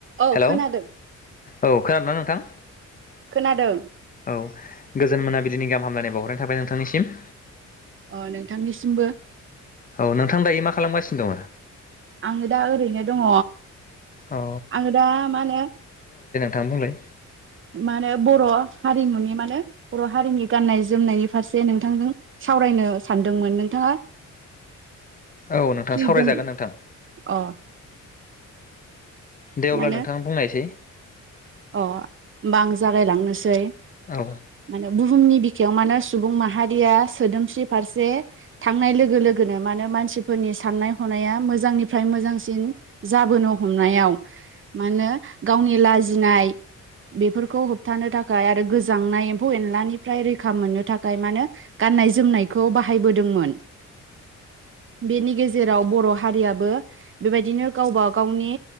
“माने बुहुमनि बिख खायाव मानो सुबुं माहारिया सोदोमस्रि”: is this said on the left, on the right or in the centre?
Right